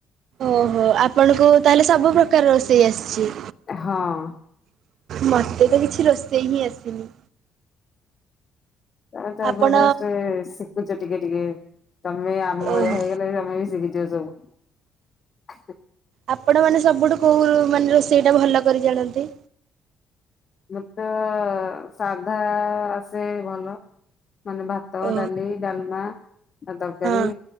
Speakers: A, on the right (about 60°); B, on the left (about 40°).
A: ଓହୋ ଆପଣଙ୍କୁ ତାହେଲେ ସବୁ ପ୍ରକାର ରୋଷେଇ ଆସିଛି।
B: ହଁ।
A: ମତେ ତ କିଛି ରୋଷେଇ ହିଁ ଆସିନି।
B: ଆ ତପ
A: ଆପଣ
B: ବାଷ୍ଟ ଶିଖୁଛ ଟିକେ ଟିକେ ତମେ ଆମ
A: ଓହୋ
B: ଭଳିଆ ହେଇଗଲା ବି ତମେ ବି ଶିଖିଛିବ ସବୁ।
A: ଆପଣ ମାନେ ସବୁଠୁ କୋଉ ମାନେ ରୋଷେଇ ଟା ଭଲ କରି ଜାଣନ୍ତି।
B: ମତେ ତ ସାଧା ଆସେ ଭଲ। ମାନେ ଭାତ
A: ଓ
B: ଡାଲି ଡାଲମା ତରକାରୀ
A: ହଁ